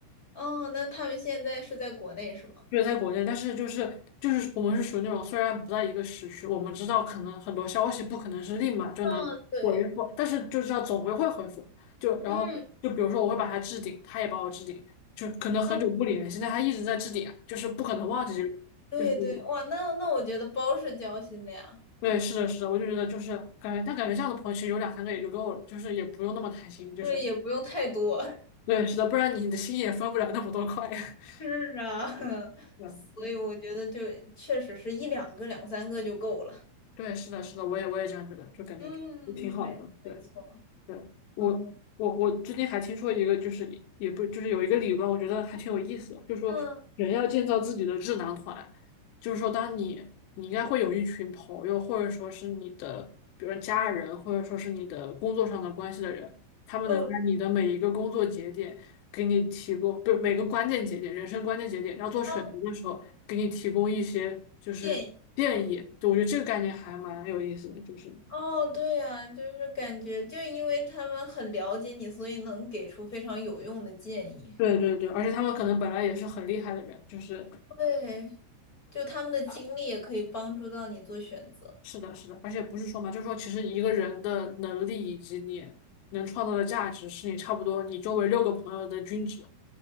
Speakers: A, on the left; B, on the left.
A: 哦，那他们现在是在国内是吗？
B: 就是在国内，但是就是就是我们是属于那种虽然不在一个时区，我们知道可能很多消息不可能是立马就能回复，
A: 嗯，对，
B: 但是就知道总归会回复。就然后就比如说我会把他置顶，
A: 嗯，
B: 他也把我置顶，就可能很久不联系，
A: 嗯，
B: 但他一直在置顶啊就是不可能忘记这个人就是这种。
A: 对对，哇，那那我觉得包是交心的呀，
B: 对，是的，是的，我就觉得就是感觉，但感觉这样的朋友其实有两三个也就够了，就是也不用那么贪心，就是
A: 对，也不用太多。
B: 对，是的，不然你的心也分不了那么多块。<laughs>
A: 是啊，<laughs>
B: 对，
A: 所以我觉得就确实是一两个、
B: 对，
A: 两三个就够了。
B: 对，是的，是的，我也我也这样觉得，就感觉就挺好的，
A: 嗯，没没错。
B: 对。对，我我我最近还听说一个，
A: 嗯
B: 就是也不就是有一个理论，我觉得还挺有意思的，就是说人要建造自己的智囊团，
A: 嗯
B: 就是说当你你应该会有一群朋友，或者说是你的，比如说家人，或者说是你的工作上的关系的人，他们能在你的每一个工作节点给你提供，
A: 嗯
B: 不是每个关键节点，人生关键节点要做选择的时候，
A: 嗯，
B: 给你提供一些就是建议，
A: 建议。
B: 就我觉得这个概念还蛮有意思的，就是。
A: 哦，对呀，就是感觉，就因为他们很了解你，所以能给出非常有用的建议。
B: 对对对，而且他们可能本来也是很厉害的人，就是
A: 对，就他们的经历也可以帮助到你做选择
B: 是的，是的，而且不是说嘛，就是说其实一个人的能力以及你能创造的价值，是你差不多你周围六个朋友的均值。